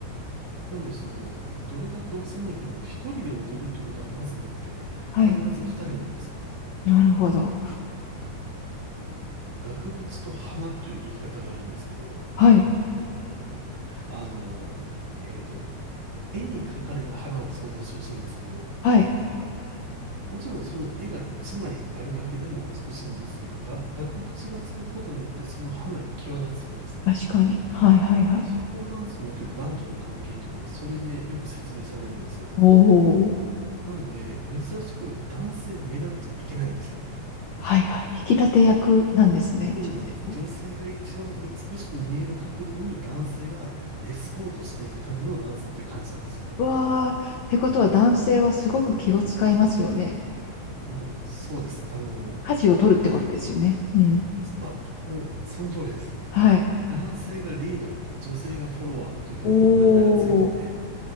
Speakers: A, on the right (about 50°); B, on the left (about 75°).
A: なので、その、どれだけ幼い子でも一人で踊るっていうことはまずなくて、
B: はい。
A: 必ず二人なんですよね。
B: なるほど。
A: あの、額縁と花っていう言い方があるんですけど、
B: はい。
A: あの、えっと、絵に描かれた花を想像してほしいんですけど、
B: はい。
A: もちろんその絵が一枚あるだけでも美しいんですけど、が、額縁がつくことによってその花が際立つと思うんですね。
B: 確かに。はい、はい、はい。
A: 社交ダンスにおける男女の関係というのはそれでよく説明されるんですよ。
B: おお。
A: なので、珍しく男性目立っちゃいけないんですよ。
B: はい、はい。引き立て役なんですね、
A: そうなんです。
B: 女性を。
A: 女性が一番美しく見える角度に男性がエスコートしていくためのダンスっていう感じなんですよね。
B: わあ、ってことは男性はすごく気を使いますよね。
A: もう、そうです。あの、
B: 舵を取るってことですよね。
A: 男、
B: うん。
A: あ、もう、その通りです。
B: はい。
A: 男性がリード、女性がフォロワーっていう風に名前がついてて、
B: おお。